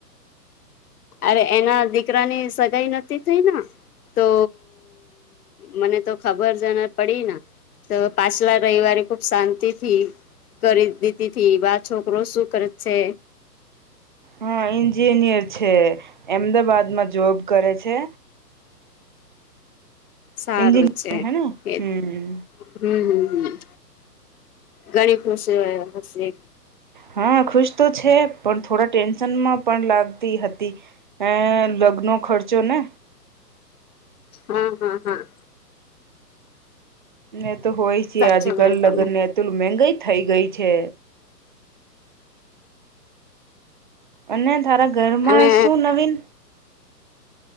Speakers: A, on the left; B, on the right.
A: અરે એના દીકરાની સગાઈ નથીતી થઈ ને તો મને તો ખબર જને પડી ને તો પાછલા રવિવારે કો શાંતિથી કરી દીધી થી આ છોકરો શું કરે છે
B: હા એન્જિનિયર છે અમદાવાાદમાં જોબ કરે છે
A: સારું
B: એન્જિનિયર
A: છે
B: હે ને
A: એજ
B: હમ
A: હમ હમ હ ઘણી ખુશી હશે
B: હા ખુશ તો છે પણ થોડા ટેન્શનમાં પણ લાગતી હતી અ લગ્નો ખર્ચો ને
A: હમ હમ હમ
B: એ તો હોય છે
A: સાચું
B: આજ કલ
A: કહ્યું તમે
B: લગન તોલું મંંગા થઈ ગઈ છે અને તારા ઘરમાં
A: અને
B: શું નવીન